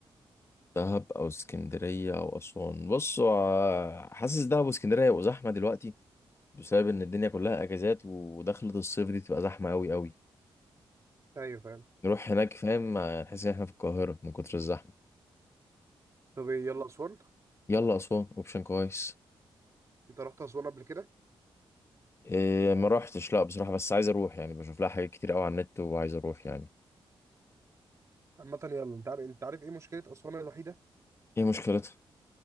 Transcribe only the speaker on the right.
ايوه فاهم
طب إيه، يلا اسوان
انت رحت اسوان قبل كده
عامة يلا انت عارف انت عارف ايه مشكلة أسوان الوحيدة؟